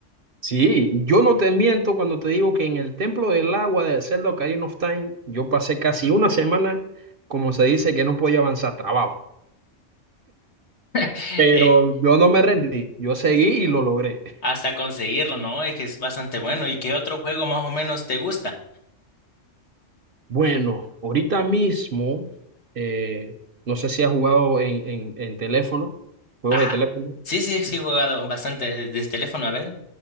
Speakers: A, on the right (about 55°); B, on the left (about 60°).
A: Sí, yo no te miento cuando te digo que en el Templo del Agua de Zelda Ocarina of Time, yo pasé casi una semana, como se dice, que no podía avanzar trabajo.
B: <laughs>
A: Pero
B: eh,
A: yo no me rendí, yo seguí y lo logré.
B: hasta conseguirlo, ¿no? Es que es bastante bueno. ¿Y qué otro juego más o menos te gusta?
A: Bueno, ahorita mismo, eh, no sé si has jugado en, en, en teléfono, juegos
B: Ajá.
A: de teléfono.
B: Sí, sí, sí, he jugado bastante desde el teléfono, a ver.